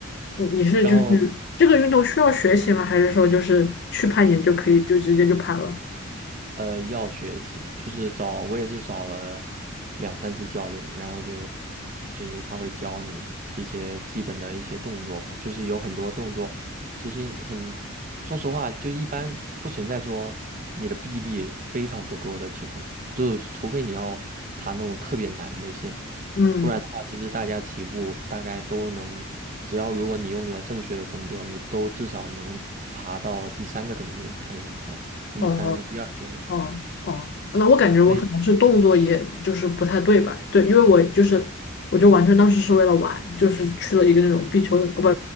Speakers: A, on the left; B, on the right.
A: 你你是就是这个运动需要学习吗？
B: 然后
A: 还是说就是去攀岩就可以就直接就攀了？
B: 呃，要学习，就是找，我也是找了两三次教练，然后就就是他会教你一些基本的一些动作吧，就是有很多动作，其实很，说实话，就一般不存在说你的臂力非常不够的情况，就是除非你要爬那种特别难的线，
A: 嗯，
B: 不然的话，其实大家起步大概都能，只要如果你用了正确的动作，你都至少能爬到第三个等级还是多少？V
A: 哦
B: 三 V 二左右。
A: 哦哦，那我感觉我可能是动作也就是不太对吧？
B: 所以
A: 对，因为我就是我就完全当时是为了玩，就是去了一个那种壁球的，不不